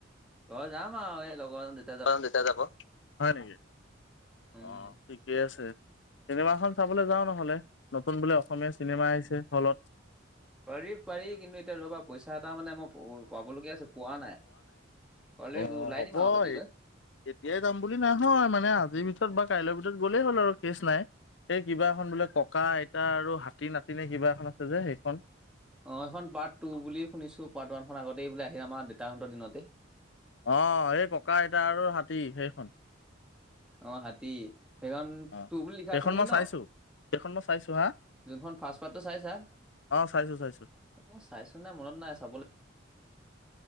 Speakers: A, in the centre; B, on the left.
A: ঘৰ যাম আৰু, লগৰ আহিলে
B: তেতিয়া যাব হয় নেকি
A: উম
B: অ' ঠিকে আছে চিনেমাখন চাবলৈ যাওঁ নহলে নতুন বোলে অসমীয়া চিনেমা আহিছে হলত
A: পাৰি পাৰি কিন্তু এতিয়া ৰ'বা পইচা এটা মানে মই পাবলগীয়া আছে পোৱা নাই হলে
B: অ
A: ওলাই
B: হ'ব
A: দিম আৰু দেৰিকৈ
B: এতিয়াই যাম বুলি নহয় মানে আজিৰ ভিতৰত বা কাইলৈৰ ভিতৰত গ'লেই হ'ল আৰু কেছ নাই এই কিবা এখন বোলে ককা আইতা আৰু হাতী নাতিনে কিবা এখন আছে যে সেইখন
A: অ' এইখন পাৰ্ট টু বুলি শুনিছো পাৰ্ট ওৱানখন আগতেই বোলে আহিম আমাৰ দেউতাহঁতৰ দিনতে
B: অ', এই ককা আইতা আৰু হাতী সেইখন
A: অ', হাতী সেইখন
B: অ
A: তোৰ বুলি লিখা
B: সেইখন
A: আছে নেকি
B: মই
A: ন
B: চাইছো সেইখন মই চাইছো হা
A: যোনখন ফাষ্ট পাৰটো চাইছা
B: অ চাইছো চাইছো
A: মই, চাইছো নাই মনত নাই চাবলৈ